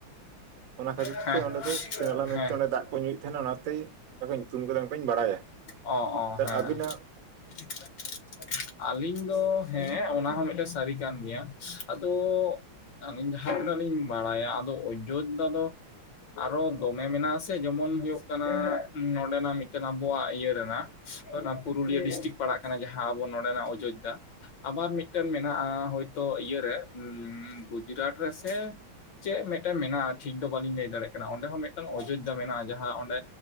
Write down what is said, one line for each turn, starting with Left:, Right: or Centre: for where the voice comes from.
Right: ᱚᱱᱟ ᱠᱷᱟᱹᱛᱤᱨ
Left: ᱦᱮᱸ
Right: ᱛᱮ ᱚᱸᱰᱮ ᱫᱚ ᱥᱤᱛᱟᱹ ᱱᱟᱞᱟ ᱢᱮᱱᱛᱮ
Left: ᱦᱮᱸ
Right: ᱚᱸᱰᱮ ᱫᱟᱜ ᱠᱚ ᱧᱩᱭᱮᱫ ᱛᱟᱦᱮᱱᱟ ᱚᱱᱟᱛᱮ ᱚᱱᱠᱟ ᱠᱚ ᱧᱩᱛᱩᱢ ᱠᱮᱫᱟ ᱚᱱᱠᱟᱧ ᱵᱟᱲᱟᱭᱟ᱾
Left: ᱚ ᱚ
Right: ᱟᱫᱚ
Left: ᱦᱮᱸ᱾
Right: ᱟᱹᱵᱤᱱᱟᱜ
Left: <unintelligible> ᱟᱹᱞᱤᱧ ᱫᱚ ᱦᱮᱸ ᱚᱱᱟ ᱦᱚᱸ ᱢᱤᱫᱴᱮᱱ ᱥᱟᱹᱨᱤ ᱠᱟᱱ ᱜᱮᱭᱟ᱾ ᱟᱫᱚ ᱟᱹᱞᱤᱧ ᱡᱟᱦᱟᱸ ᱛᱤᱱᱟᱹᱜ ᱞᱤᱧ ᱵᱟᱲᱟᱭᱟ ᱟᱫᱚ ᱚᱡᱳᱫᱽᱫᱷᱟ ᱫᱚ ᱟᱨᱚ ᱫᱚᱢᱮ ᱢᱮᱱᱟᱜ ᱟᱥᱮ ᱡᱮᱢᱚᱱ ᱦᱩᱭᱩᱜ ᱠᱟᱱᱟ ᱱᱚᱸᱰᱮᱱᱟᱜ ᱢᱤᱫᱴᱮᱱ ᱟᱵᱚᱣᱟᱜ ᱤᱭᱟᱹ ᱨᱮᱱᱟᱜ ᱚᱱᱟ ᱯᱩᱨᱩᱞᱤᱭᱟᱹ ᱰᱤᱥᱴᱤᱠ ᱯᱟᱲᱟᱜ ᱠᱟᱱᱟ᱾ ᱡᱟᱦᱟᱸ ᱟᱵᱚ ᱱᱚᱰᱮᱱᱟᱜ ᱚᱡᱳᱫᱽᱫᱷᱟ ᱟᱵᱟᱨ ᱢᱤᱫᱴᱮᱱ ᱢᱮᱱᱟᱜᱼᱟ ᱦᱳᱭᱛᱳ ᱤᱭᱟᱹᱨᱮ ᱜᱩᱡᱽᱨᱟᱴ ᱨᱮᱥᱮ ᱪᱮᱫ ᱢᱤᱫᱴᱮᱱ ᱢᱮᱱᱟᱜᱼᱟ᱾ ᱴᱷᱤᱠ ᱫᱚ ᱵᱟᱞᱤᱧ ᱞᱟᱹᱭ ᱫᱟᱲᱮᱭᱟᱜ ᱠᱟᱱᱟ ᱚᱸᱰᱮ ᱦᱚᱸ ᱢᱤᱫᱴᱟᱝ ᱚᱡᱳᱫᱽᱫᱷᱟ ᱢᱮᱱᱟᱜᱼᱟ ᱡᱟᱦᱟᱸ ᱚᱸᱰᱮ